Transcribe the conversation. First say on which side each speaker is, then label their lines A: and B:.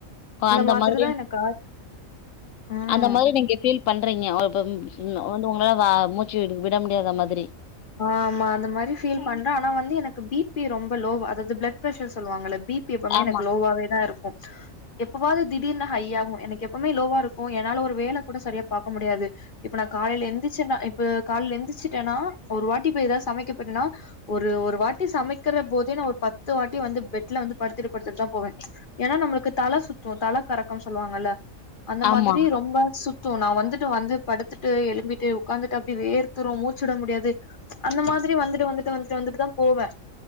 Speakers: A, on the left (about 75°); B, on the left (about 45°).
A: அந்த
B: மாதிரிதா
A: மாதிரி
B: எனக்கு ம்
A: அந்த மாரி நீங்க ஃபீல் பண்றீங்க அது உங்கள மூச்சு விட முடியாத மாதிரி
B: ஆமா அந்த மாதிரி ஃபீல் பண்றேன் ஆனா வந்து எனக்கு பிபி ரொம்ப லோவ அதாவது பிளட் ப்ரெஷர் சொல்லுவாங்க பிபி பிபி எப்பவுமே
A: ஆமா
B: எனக்கு லோவாவே தான் இருக்கும் எப்பவாவது திடீர்னு ஹையாகும் எனக்கு எப்பவுமே லோவா இருக்கும் என்னால ஒரு வேல கூட சரியா பாக்க முடியாது இப்ப நான் காலயில எந்திரிச்சேன்னா இப்ப காலையில எந்திரிச்சிட்டேனா எந்திச்சுிட்டேன்னா ஒரு வாட்டி போய் ஏதாவது சமைக்க பேய்ட்டேனா ஒரு வாட்டி சமைக்கிற போதே நான் ஒரு பத்து வாட்டி வந்து பெட்ல வந்து படுத்துட்டு படுத்துட்டு தான் போவேன் ஏன்னா நம்மளுக்கு தல சுத்தும் தல கறக்கம்னு சொல்லுவாங்கல்ல அந்த
A: ஆமா
B: மாதிரி ரொம்ப சுத் நான் வந்துட்டு வந்து படுத்துட்டு எழும்பிட்டு உட்காந்துட்டு அப்டியே வேத்தூரும் மூச்சுவிட முடியாது அந்த மாரி வந்துட்டு வந்துட்டு வந்துட்டு வந்துட்டு தான் போவேன்